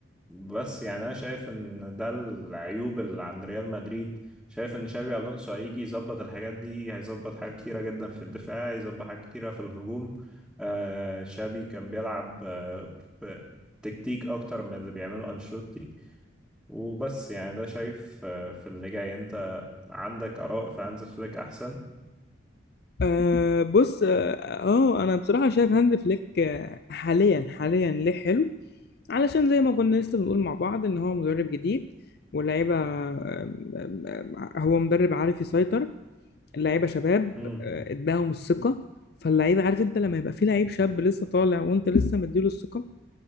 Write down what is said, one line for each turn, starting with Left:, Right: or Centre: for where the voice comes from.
Centre: بس يعني أنا شايف إن ده العيوب اللي عند ريال مدريد شايف إن شابي ألونسو هيجي يظبط الحاجات دي هيظبط حاجات كتيرة جدا في الدفاع هيظبط حاجات كتيرة في الهجوم آه شابي كان بيلعب آه ب- تكتيك أكتر من اللي بيعمله أنشيلوتي وبس يعني ده شايف آه، في اللي جاي انت عندك آراء في هانز فليك أحسن
Left: آه بص اه آه، انا بصراحه شايف هانز فليك آه، حاليا حاليا ليه حلو علشان زي ما كنا لسه بنقول مع بعض ان هو مدرب جديد واللعيبه آه، آه، آه، هو مدرب عارف يسيطر اللعيبه شباب
Centre: امم
Left: آه، اداهم الثقه فاللعيبه عارف انت لما يبقى في لعيب شاب لسه طالع وانت لسه مديله الثقه